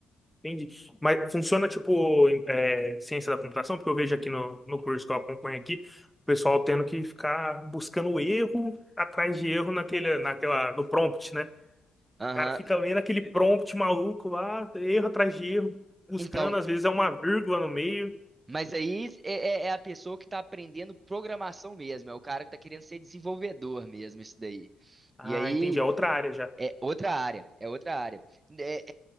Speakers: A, in the centre; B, on the right.
A: Entendi. Mas funciona tipo é, ciência da computação, porque eu vejo aqui no, no curso que eu acompanho aqui, o pessoal tendo que ficar buscando erro atrás de erro naquele, naquela, no prompt, né?
B: Aham.
A: O cara fica lendo aquele prompt maluco lá, erro atrás de erro, buscando,
B: Então,
A: às vezes é uma vírgula no meio.
B: mas aí é, é- é a pessoa que está aprendendo programação mesmo, é o cara que está querendo ser desenvolvedor mesmo, isso daí.
A: Ah,
B: E aí
A: entendi, é outra área já.
B: É outra área, é outra área. É,